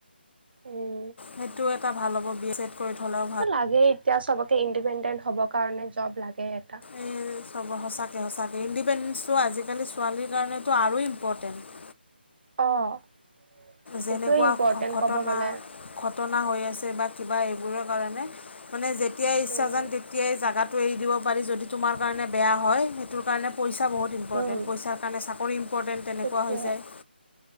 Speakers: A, on the right (about 60°); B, on the left (about 85°).
A: উম
B: সেইটো এটা ভাল হ'ব বি এল এড কৰি থলে
A: এ লাগে এতিয়া চবকে ইণ্ডিপেণ্ডেণ্ট হবৰ কাৰণে জব লাগে এটা
B: এই চব সঁচাকে সঁচাকে ইণ্ডিপেণ্ডেঞ্চটো আজিকালি ছোৱালীৰ কাৰণেতো আৰু ইম্পৰ্টেণ্ট
A: অঁ এইটোৱে
B: যেনেকুৱা
A: ইম্পৰ্টেণ্ট
B: ঘটনা
A: ক'ব গ'লে
B: ঘটনা হৈ আছে বা কিবা এইবোৰৰ কাৰণে মানে যেতিয়াই ইচ্ছা
A: উম।
B: জান তে তেতিয়াই জাগাটো এৰি দিব পাৰি যদি তোমাৰ কাৰণে বেয়া হয় সেইটোৰ কাৰণে পইচা বহুত ইম্পৰ্টেণ্ট
A: উম
B: পইচাৰ কাৰণে চাকৰি ইম্পৰ্টেণ্ট তেনেকুৱা
A: সেইটোৱে
B: হৈ যায়